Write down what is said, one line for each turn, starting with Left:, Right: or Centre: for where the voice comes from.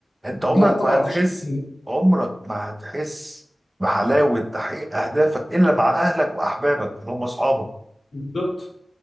Right: أنت عمرك
Left: لا طبعا
Right: ما هتحس
Left: مفيش الكلام ده.
Right: عمرك ما هتحس بحلاوة تحقيق أهدافك إلا مع أهلك وأحبابك اللي هم أصحابك
Left: بالظبط